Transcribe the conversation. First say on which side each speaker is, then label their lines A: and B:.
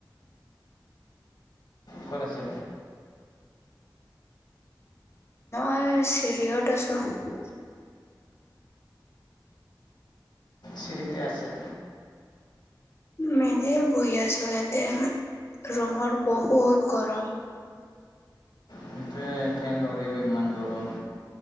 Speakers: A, on the left (about 75°); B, on the left (about 35°).
A: ক'ত আছে।
B: মই চিৰিয়ত আছোঁ।
A: চিৰিতে আছে।
B: মেনে বহি আছো ইয়াতে, ৰুমৰ বহুত গৰম।
A: সেইটোৱে ফেন লৰিও ইমান গৰম।